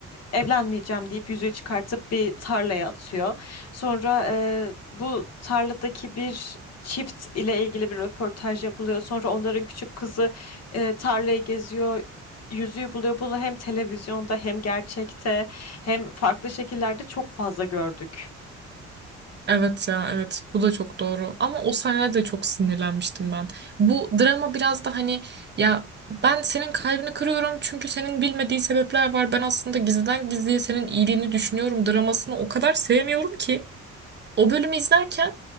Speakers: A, on the left (about 55°); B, on the right (about 35°).
A: evlenmeyeceğim deyip yüzüğü çıkartıp bir tarlaya atıyor. Sonra e, bu tarladaki bir çift ile ilgili bir röportaj yapılıyor. Sonra onların küçük kızı e, tarlayı geziyor. Yüzüğü buluyor. Bunu hem televizyonda hem gerçekte hem farklı şekillerde çok fazla gördük.
B: Evet ya evet bu da çok doğru ama o sahnede de çok sinirlenmiştim ben. Bu drama biraz da hani ya ben senin kalbini kırıyorum çünkü senin bilmediği sebepler var. Ben aslında gizliden gizliye senin iyiliğini düşünüyorum dramasını o kadar sevmiyorum ki. O bölümü izlerken